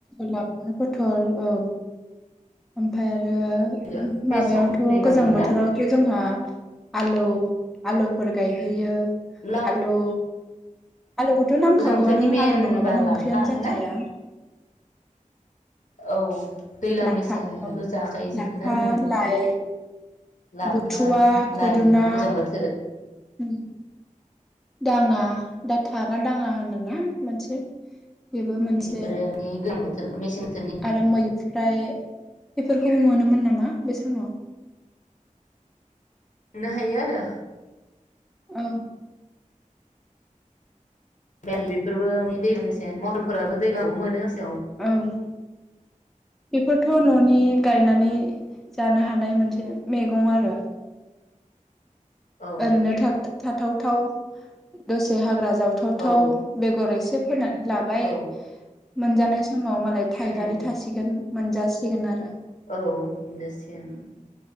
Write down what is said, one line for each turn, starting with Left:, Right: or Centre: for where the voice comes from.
Centre: लाबोनो पथल औ ओमफ्राय आर आरो
Left: दाबायदियाव मेसें
Centre: माबायावथ'
Left: दैज्लां
Centre: गोजां
Left: मोनो
Centre: बोथोरावथ'
Left: ना
Centre: जोंहा आलु आलु फोर गायहोयो
Left: लाव
Centre: आलु आलुखौथ' नांखागौआनो
Left: गोजां बोथोरनि मेन
Centre: आलु नङाबानो
Left: बा लाफा
Centre: ओंख्रि नो जाखाया
Left: ना
Centre: <inaudible>
Left: औ दैज्लां
Centre: लाफा
Left: मेसें बेखौ
Centre: औ
Left: जाखायो जोङो
Centre: लाफा
Left: ना मोनो
Centre: लाइ
Left: लाफाय
Centre: बुथुवा खुदुना
Left: लाइ गोजां बोथोर
Centre: उम। दाङा दा था ना दाङा होनोना मोनसे बेबो मोनसे
Left: बेफोरोनि गोजां बोथोर मेसें बोथोरनि मोननो
Centre: आरो मैफ्राय बेफोरखौबो मोनोमोन नामा बे समाव
Left: मोननो हायो आरो।
Centre: औ।
Left: औ बेफोरबो दै महरफोराबो दैज्लां मोनो। मेसेङाव
Centre: ओं। बेफोरथ' न'नि गायनानै जानो हानाय मोनसे मैगं आरो।
Left: औ
Centre: ओरैनो थाब थाथावथाव दसे हाग्रा जावथावथाव
Left: औ
Centre: बेगर एसे <unintelligible> लाबाय
Left: औ
Centre: मोनजानाय सम माव मालाय थायनानै
Left: उम
Centre: थासिगोन। मोनजासिगोन आरो।
Left: औ मोनजासिगोन